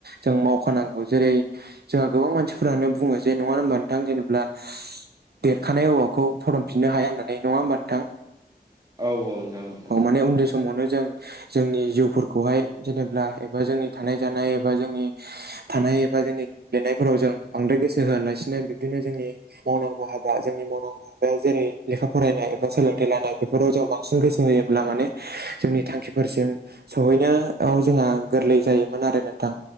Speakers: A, on the right (about 70°); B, on the right (about 20°).
A: जों मावखानांगौ जेरै जोंहा गोबां मानसिफोरानो बुङो जे नङा होनोमबा नोंथां जेनेब्ला देरखानाय औवाखौ फदमफिननो हाया होननानै। नङा होमबा नोंथां?
B: औ औ नोंथां औ
A: माने उन्दै समावनो जों जोंनि जिउफोर खौहाय जेनेब्ला एबा जोंनि थानाय जानाय एबा जोंनि थानाय एबा जोंनि गेलेनायफोराव जों बांद्राय गोसो होआलासिनो बिबदिनो जोंनि मावनांगौ हाबा जोंनि मावनांगौ हाबाया जेरै लेखा फराय नाय सोलोंथाय लानाय बेफोराव जों बांसिन गोसो होयोब्ला माने जोंनि थांखिफोरसिम सहैनायाव जोंहा गोरलै जायोमोन आरो नोंथां।